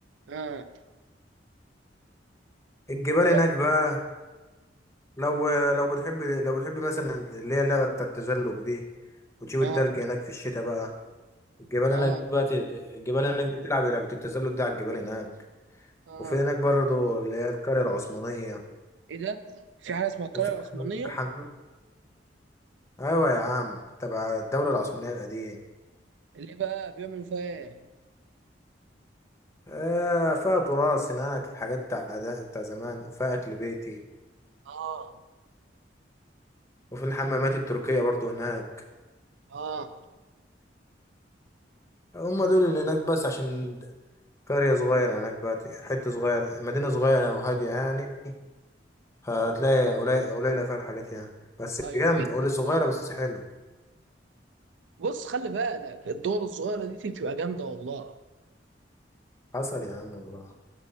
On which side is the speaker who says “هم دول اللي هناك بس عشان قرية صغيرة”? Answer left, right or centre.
Left